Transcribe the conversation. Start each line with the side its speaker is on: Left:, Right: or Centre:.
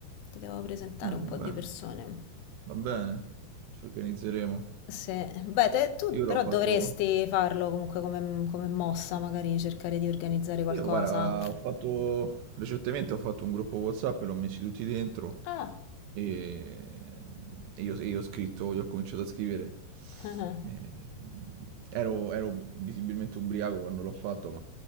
Left: Ti devo presentare
Right: Eh, va
Left: un po' di
Right: bene.
Left: persone.
Right: Va bene. Ci organizzeremo.
Left: Sì, beh, te- tu
Right: Io
Left: però
Right: l'ho
Left: dovresti
Right: fatto...
Left: farlo comunque come, come mossa, magari cercare di organizzare qualcosa.
Right: Io, guarda, ho fatto recentemente ho fatto un gruppo WhatsApp e l'ho messi tutti dentro
Left: Ah.
Right: e, e io, e io ho scritto, io ho cominciato a scrivere.
Left: <laughs>
Right: E- ehm, Ero, ero visibilmente ubriaco quando l'ho fatto,